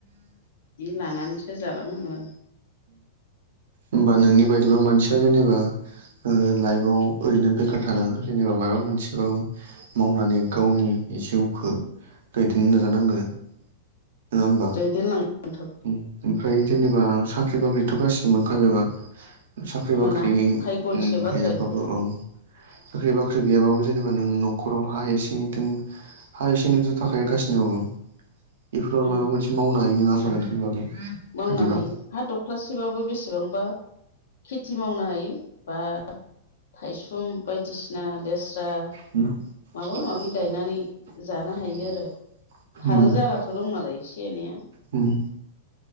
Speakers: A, on the left (about 80°); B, on the right (about 65°).
A: जि लानानैसो जालांनांगोन आरो
B: होमबा नोंनि बायदिबा मानसिया जेनेबा जोङो लाइफआव ओरैनो बेखार थानाङा जेनेबा माबा मोनसेबाबो मावनानै गावनि जिउखो दैदिनो नाजानांगोन नोङा होमबा?
A: दैदेनलांथ'
B: ओम ओमफ्राय जेनेबा साख्रि बाख्रिथ' गासिबो मोनखाजोबा साख्रि
A: मोना
B: बाख्रि गै-गैयाबाबो
A: भायग'निसो बाथ्रा इफोरो
B: औ। साख्रि बाख्रि गैयाबाबो जेनेबा नों नखराव हा एसे दों हा एसे एनैथ' थाखायो गासिबनावबो बेफोराव
A: उम
B: माबा मोनसे मावनो हायो नोङा होमबा नोंथांनि बागै।
A: मावनो
B: आंनिबा
A: हायो हा दख्लासेबाबो बेसेबांबा खेथि मावनो हायो बा थायसुम बायदिसिना लेस्रा
B: <unintelligible> <unintelligible> ओम।
A: माबा माबि गायनानै जानो हायो आरो थानो जायगाथ' दं नालाय एसे एनैया
B: ओम।